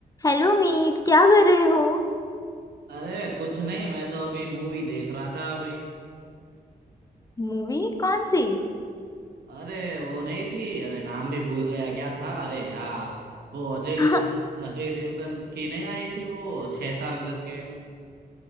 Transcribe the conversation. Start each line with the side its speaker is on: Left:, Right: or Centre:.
Left: Hello Meet क्या कर रहे हो
Right: अरे कुछ नहीं मैं तो अभी मूवी देख रहा था अभी
Left: मूवी कौन सी
Right: अरे वो नहीं थी अरे नाम भी भूल गया क्या था अरे हाँ वो अजय
Left: अच्छा
Right: देव अजय देवगन की नहीं आई थी वो शैतान करके